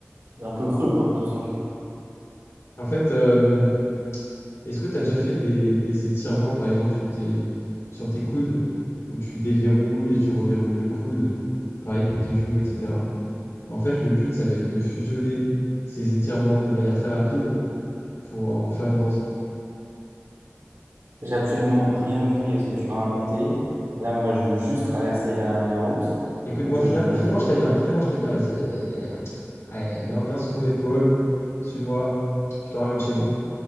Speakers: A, on the right; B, on the left.
A: un peu creux quoi, tout ça.
B: En fait, euh, est-ce que tu as déjà fait des, des étirements, par exemple, sur tes, sur tes coudes, où tu déverrouilles et tu reverrouilles le coude, pareil pour tes genoux, etc. En fait, le but, ça va être de fusionner ces étirements de manière très rapide pour en faire une danse.
A: J'ai absolument rien compris à ce que tu m'as raconté. Là, moi, je veux juste traverser la, la route,
B: Écoute-moi,
A: donc tu
B: final-
A: vas juste me
B: finalement,
A: laisser tranquille.
B: je t'aime bien. Finalement, je t'aime bien. Vas-y, viens, Allez, viens, viens sur mon épaule. Suis-moi. Je te ramène chez moi.